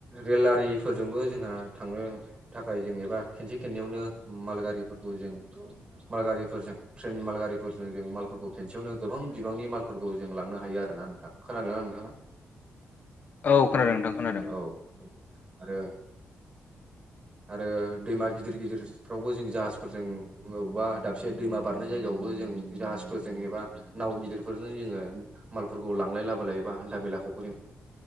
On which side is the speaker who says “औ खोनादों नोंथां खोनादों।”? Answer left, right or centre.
Left